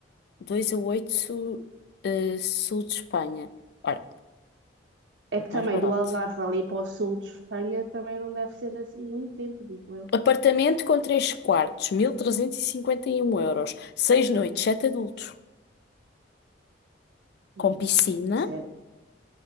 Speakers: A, on the left (about 60°); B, on the right (about 65°).
A: dois a 8 sul, eh, sul de Espanha. Ora,
B: É
A: muito
B: que também
A: mais barato.
B: do Algarve ali para o sul de Espanha também não deve ser assim muito tempo, digo eu.
A: Apartamento com 3 quartos, mil trezentos e e cinquenta e um euros. seis noites, 7 adultos.
B: Hum.
A: Com piscina.
B: Isso é,